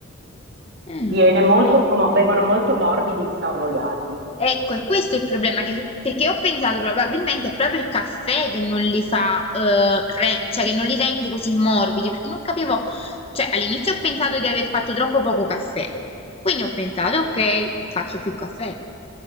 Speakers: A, on the left (about 25°); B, on the right (about 50°).
A: Mm,
B: Viene
A: non
B: molto,
A: sapevo.
B: mo- vengono molto morbidi i savoiardi.
A: Ecco, è questo è il problema, che- perché ho pensato probabilmente è proprio il caffè che non li fa, eh, re- cioè che non li rende così morbidi, perché non capivo, cioè all'inizio ho pensato di aver fatto troppo poco caffè, quindi ho pensato, ok, faccio più caffè.